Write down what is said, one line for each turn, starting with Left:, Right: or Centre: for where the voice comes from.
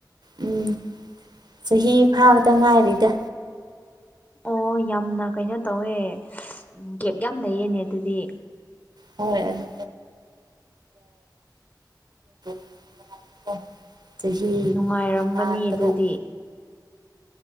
Right: ꯎꯝ ꯆꯍꯤ ꯐꯥꯕꯗ ꯉꯥꯏꯔꯤꯗ
Left: ꯑꯣ ꯌꯥꯝꯅ ꯀꯩꯅꯣ ꯇꯧꯋꯦ ꯀꯦꯞ ꯌꯥꯝ ꯂꯩꯌꯦꯅꯦ ꯑꯗꯨꯗꯤ
Right: ꯍꯣꯏ ꯑꯗꯨ <unintelligible> <unintelligible> ꯆꯍꯤ
Left: ꯅꯨꯡꯉꯥꯏꯔꯝꯒꯅꯤ
Right: ꯃꯉꯥ ꯇꯔꯨꯛ
Left: ꯑꯗꯨꯗꯤ